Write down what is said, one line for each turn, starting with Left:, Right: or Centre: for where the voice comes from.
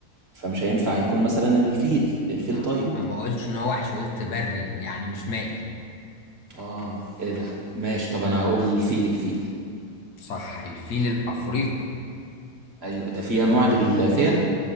Right: فمش هينفع يكون مثلا الفيل الفيل
Left: أ-
Right: طيب
Left: اما قلتش ان هو وحش قلت بري يعني مش مائي
Right: اه ايه ده ماشي طب انا هقول الفيل الفيل
Left: صح الفيل الافريقي
Right: ايوه ده في انواع للفيلة